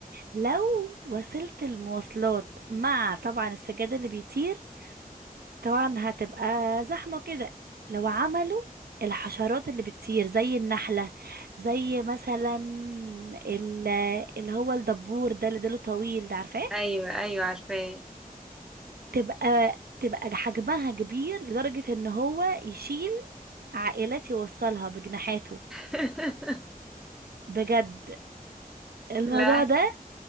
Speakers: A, on the right; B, in the centre.
A: لو وسيله المواصلات مع طبعا السجاد اللي بيطير طبعا هتبقى زحمة كده لو عملوا الحشرات اللي بتطير زي النحلة زي مثلا ال- اللي هو الدبور ده اللي ديله طويل ده عارفاه
B: ايوه ايوه عارفاه
A: تبقى تبقى حجمها كبير لدرجة ان هو يشيل عائلات يوصلها بجناحاته
B: <laughs>
A: بجد الموضوع
B: لا
A: ده